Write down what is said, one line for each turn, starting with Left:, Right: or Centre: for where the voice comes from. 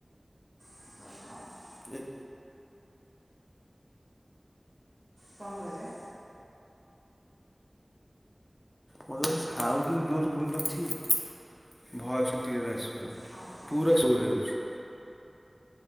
Right: ଆହ
Left: ଦେଖ୍
Right: କଣ କହିଲେ?
Left: ମୋତେ ସାଉଣ୍ଡ ଜୋର ସୁବୁନି ତ କିଛି ଭୟସ ଟା କ୍ଳିଅର ଆସ
Right: ହଁ ହଁ
Left: ପୁରା ସୋ ରେ ଆଉଛି।